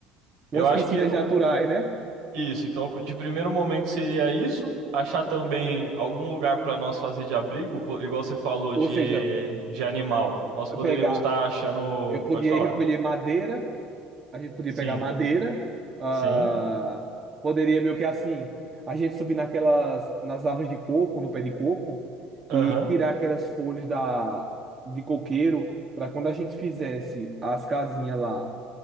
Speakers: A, on the right (about 30°); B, on the right (about 80°).
A: Umas
B: Eu acho
A: piscinas
B: que
A: naturais, né?
B: Isso, então de primeiro momento seria isso, achar também algum lugar para nós fazer de abrigo, po- igual você falou
A: Ou
B: de,
A: seja,
B: de animal. Nós poderíamos
A: pegar,
B: estar achando,
A: eu podia
B: pode falar.
A: ir recolher madeira A gente podia
B: Sim,
A: pegar madeira, ah,
B: sim,
A: poderia meio que assim, a gente subir naquelas, nas árvores de coco, no pé de coco,
B: aham,
A: e tirar aquelas folhas da, de coqueiro, para quando a gente fizesse as casinhas lá,